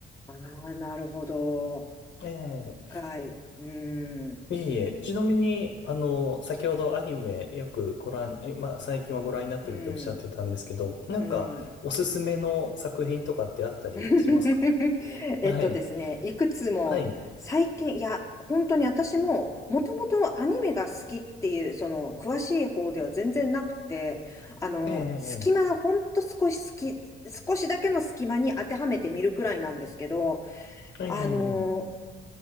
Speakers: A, on the left; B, on the left.
A: ああ、なるほど。
B: ええ
A: 深い。うん。
B: いえいえ、ちなみに、あの、先ほどアニメよくご覧、え、まあ、最近はご覧になってるっておっしゃってたんですけど、
A: うん。
B: なんか、
A: うん。
B: おすすめの作品とかってあったりしますか
A: <laughs> えっとですね、
B: はい。
A: いくつも最近、
B: はい。
A: いや、本当に私ももともとアニメが好きっていう、その詳しい方では全然なくて、あの、
B: え
A: 隙間、
B: え、
A: ほんと少し好き、少しだけの隙間に当てはめてみるくらいなんですけど、
B: ええ、
A: あの、
B: ええ、ええ。